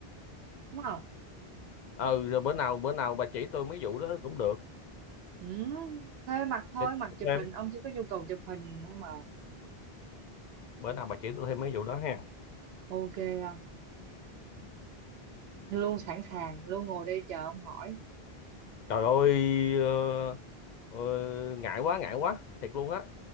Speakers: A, on the right (about 80°); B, on the left (about 55°).
A: đúng không
B: ừ rồi bữa nào bữa nào bà chỉ tôi mấy vụ đó cũng được
A: Ừ, thuê mặt thôi,
B: để
A: mặt
B: tôi
A: chụp
B: thêm
A: hình, ông chỉ có nhu cầu chụp hình thôi mà.
B: bữa nào bà chỉ tôi thêm mấy vụ đó ha
A: Ok không? Luôn sẵn sàng, luôn ngồi đây chờ ông hỏi.
B: trời ơi ờ, ờ, ngại quá ngại quá thiệt luôn á